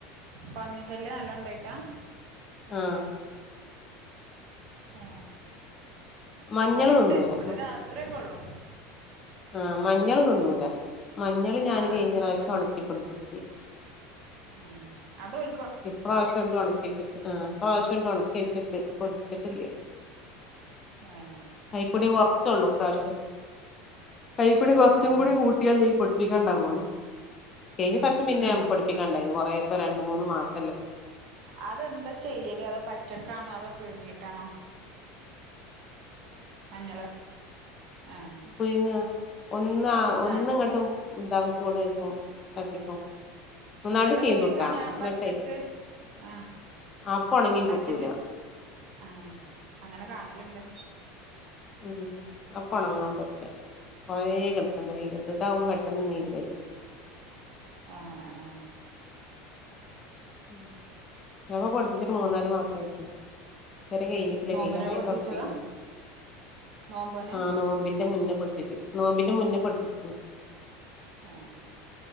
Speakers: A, on the right (about 55°); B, on the left (about 30°).
A: പന്നി ശല്യം നല്ലോണ്ടായിട്ടാ
B: ആഹ്
A: ആ
B: മഞ്ഞള്
A: ഇവടീണ്ട്
B: തിന്നൂല
A: ഇവ്ടെ രാത്രിയൊക്കെ ഉള്ളൂ
B: ആ മഞ്ഞള് തിന്നൂല. മഞ്ഞള് ഞാന്
A: ആ
B: കഴിഞ്ഞ
A: അതൊന്നൊല്ല
B: പ്രാവശ്യം ഒണക്കി പൊടിപ്പിച്ച്
A: ഉം അതോൽ
B: ഇപ്രാവശ്യുണ്ട് ഒണക്ക്യേച്ച്ട്ട് ആ ഇപ്രാവശ്യണ്ട് ഒണക്ക്യേച്ചിട്ട് പൊടിപ്ച്ചിട്ടില്ല്യ.
A: ആ
B: അയ്ക്കൂടെ <unintelligible> കൊറച്ചൊള്ളൂ ഇപ്രാവശ്യം. അയ്കൂടി കൊറച്ചും
A: ഏ
B: കൂടി കൂട്ടിയാലേ യി പൊട് പ്പിക്കാണ്ടാവൊള്ളൂ. കയ്ഞ്ഞ പ്രാശ്യം പിന്നെ
A: ഉം
B: പൊടിപ്പിക്കാണ്ടായ്ന്നു കൊറേപ്പൊ രണ്ട് മൂന്ന് മാസ്
A: അതെന്താ ചെയ്യലേ അതോ പച്ചക്കാണോ അതോ പുഴിങ്ങിട്ടാണോ മഞ്ഞള് ആ
B: പുഴിങ്ങ ഒന്ന ഒന്നും
A: ആ
B: ഇങ്ങട്ടും ഉണ്ടാകും ചൂടേക്കും <unintelligible> ഒന്നാണ്ട്
A: ചെലോല്
B: ചീന്തുട്ടാ
A: കാണാ ആ
B: എന്നിട്ടേ
A: പച്ചക്ക് ആ
B: അപ്പൊ ഒണങ്ങി
A: പച്ചക്ക്
B: കിട്ടൂല
A: ആ അങ്ങനെ കാണല്ണ്ട്
B: ഉം അപ്പൊ ഒണങ്ങാൻ പറ്റൂല്ല കൊറേ കെട് പണ്ട് വെയിലത്തിട്ടാവുമ്പൊ പെട്ടെന്ന് നീര് വലിയും
A: ആ ആ
B: ഉം ഞാപ്പൊ പൊടുപ്പിച്ചിട്ട് മൂന്നാല് മാസം ആയിക്ക്ണ് ഇതുവരെ കഴിഞ്ഞിട്ടില്ല
A: നോമ്പിനെ
B: കയ്യാനായി
A: പഠിപ്പിച്ചതാ
B: തൊടക്കിക്ക്ണ്
A: നോമ്പിനെ
B: ആ നോമ്പി ന്റെ മുന്നേ പൊടിപ്പിച് നോമ്പിന്റെ മുന്നേ പൊടിപ്പിച്ച്ക്ക്ണ്
A: ആ